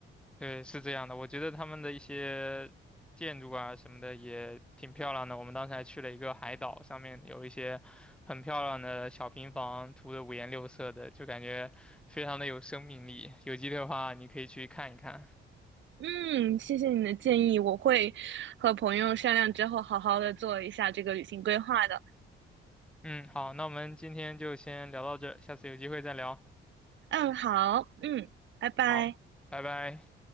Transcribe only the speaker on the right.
嗯，谢谢你的建议，我会和朋友商量之后，好好的做一下这个旅行规划的。
嗯，好，嗯，拜拜。